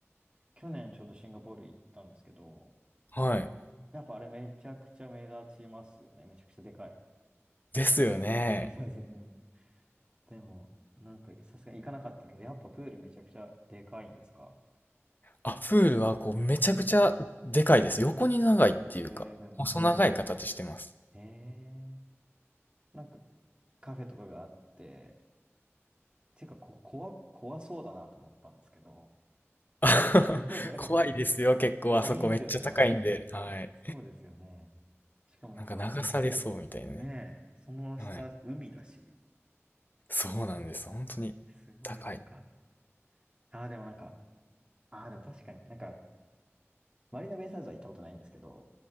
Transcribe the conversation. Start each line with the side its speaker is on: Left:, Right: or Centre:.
Right: 去年ちょうどシンガポール行ったんですけど、
Left: はい。
Right: やっぱあれめちゃくちゃ目立ちますよね。めちゃくちゃでかい。
Left: ですよね。
Right: <laughs> はい、目立たず。うん。でも、なんかさすがに行かなかったけど、やっぱプールめちゃくちゃでかいんですか
Left: あ、プールはこうめちゃくちゃでかいです。
Right: うん
Left: 横に長いっていうか、
Right: へえ、うんうん。
Left: 細長い形してます。
Right: へえ、なんかカフェとかがあって、ていうかこ、怖、怖そうだなと思ったんですけど、
Left: <laughs>
Right: <laughs>
Left: 怖いですよ、結構あそこめっちゃ高いんで。
Right: 怖いですよね。
Left: はい。
Right: そうですよね。しかもなんか、
Left: なんか流されそうみたいなね。
Right: お、ねえ、その下、
Left: はい。
Right: 海だし、
Left: そうなんです。本当に高い。
Right: すごいなんか、ああ、でもなんか、ああ、でも確かになんか、マリーナベイサンズは行ったことないんですけど、